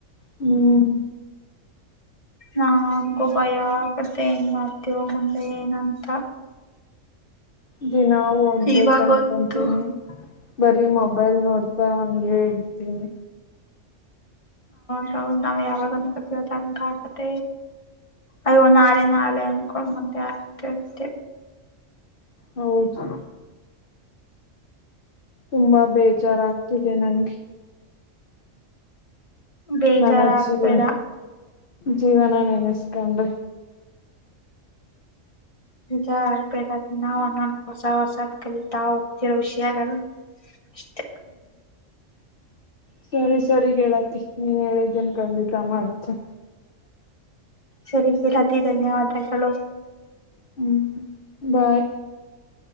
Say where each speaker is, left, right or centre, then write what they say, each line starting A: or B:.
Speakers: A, on the left; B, on the left.
A: ಹ್ಮ್
B: ನನ್ಗೂ ಭಯ ಆಗುತ್ತೆ ಏನ್ ಮಾಡ್ತೇವ ಮುಂದೆ ಏನಂತ
A: ದಿನಾ ಓದ್ಬೇಕ
B: ಇವಾಗಂತೂ
A: ಅನ್ಕಂತೀನಿ ಬರೀ ಮೊಬೈಲ್ ನೋಡ್ತಾ ಹಂಗೆ ಇರ್ತೀನಿ
B: ಹೌದ ನಾವ್ ಯಾವಾಗ ಅನ್ಕೋತಿವದ ಅ ಆಕತ್ತ ಅಯ್ಯೋ ನಾಳೆ ನಾಳೆ ಅನ್ಕೊಂಡು ಮುಂದೆ ಆಗ್ತಿ ಇರ್ತ್ತೆ
A: ಹೌದು ತುಂಬಾ ಬೇಜಾರಾಗ್ತಿದೆ ನನ್ಗೆ
B: ಬೇಜಾರಾಗ್ಬೇಡ
A: ನನ್ನ ಜೀವ ಜೀವನ ನೆನೆಸ್ಕೊಂಡು
B: ನಿಜ ಆಗ್ಬೇ ನಾವು ಅನ್ನ ಹೊಸ ಹೊಸಾದ್ ಕಲಿತಾವು ಇರೋ ವಿಷಯಗಳು ಅಷ್ಟೆ
A: ಸರಿ ಸರಿ ಗೆಳತಿ ನೀನ್ ಹೇಳಿದ್ದೇನ್ ಖಂಡಿತ ಮಾಡ್ತ
B: ಸರಿ ಸರಿ ಅತೀ ಧನ್ಯವಾದಗಲು
A: ಹ್ಮ ಬಾಯ್